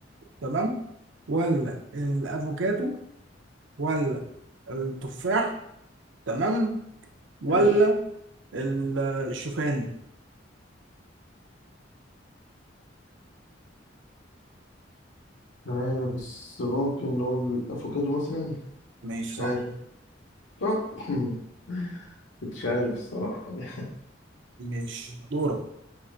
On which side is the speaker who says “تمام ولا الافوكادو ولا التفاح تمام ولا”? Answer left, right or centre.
Right